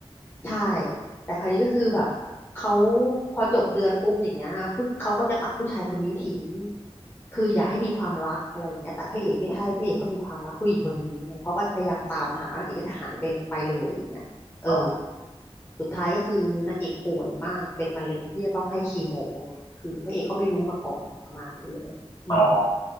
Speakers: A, on the left; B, on the left.
A: ใช่ แต่คราวนี้ก็คือแบบเขาพอจบเดือนปุ๊บอย่างเงี้ยผู้เขาก็จะตัดผู้ชายคนนี้ทิ้งคืออย่าให้มีความรักอะไรอย่างเงี้ยแต่พระเอกไม่ใช่พระเอกเขามีความรักผู้หญิงคนนี้ไงเขาก็พยายามตามหานางเอกก็จะหายไปไปเลยอย่างเงี้ยเออ
B: อ๋อ
A: สุดท้ายก็คือนางเอกป่วยมากเป็นมะเร็งที่จะต้องให้คีโมไงคือพระเอกก็ไม่รู้มาก่อนประมาณนี้เลยอืม
B: อ๋อ